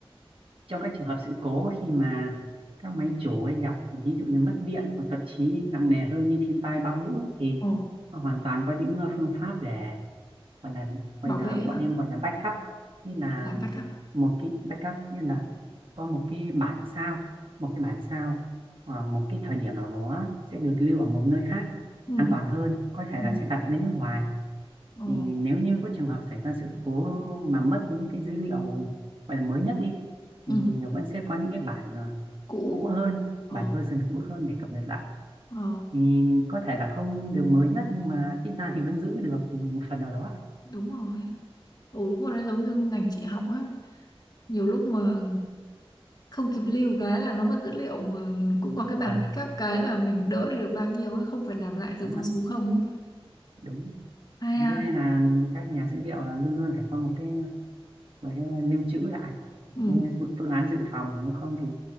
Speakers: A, on the right; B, on the left.
A: trong các trường hợp sự cố khi mà các máy chủ ấy gặp ví dụ như mất điện hoặc thậm chí nặng nề hơn như thiên tai bão lũ thì
B: Ờ,
A: họ hoàn toàn có những ờ, phương pháp để gọi là gọi
B: bảo
A: là
B: vệ à?
A: bọn em gọi là backup như là
B: Làm backup à?
A: một cái backup như là có một cái bản sao một cái bản sao ở một cái thời điểm nào đó sẽ được lưu ở một nơi khác
B: Ừ.
A: an toàn hơn có thể
B: ừ.
A: là sẽ đặt bên nước ngoài
B: Ờ.
A: thì nếu như có trường hợp xảy ra sự cố mà mất những cái dữ liệu gọi là mới nhất đi
B: ừ
A: thì vẫn sẽ có những cái bản ờ,
B: cũ
A: cũ hơn
B: ờ
A: bản version cũ hơn để cập nhật lại
B: ờ
A: thì có thể là không được mới nhất nhưng mà ít ra thì vẫn giữ được một phần nào đó
B: đúng rồi ừ đúng rồi nó giống như ngành chị học á nhiều lúc mà không kịp lưu cái là nó mất dữ liệu mà cũng có cái bản
A: à,
B: backup cái là mình đỡ đi được bao nhiêu ấy không phải làm lại từ
A: đúng
B: con
A: ạ
B: số không á.
A: đúng
B: hay
A: thế
B: à
A: nên là các nhà dữ liệu là luôn luôn phải có một cái một cái lưu trữ lại
B: ừ
A: cái phương phương án dự phòng nếu không thì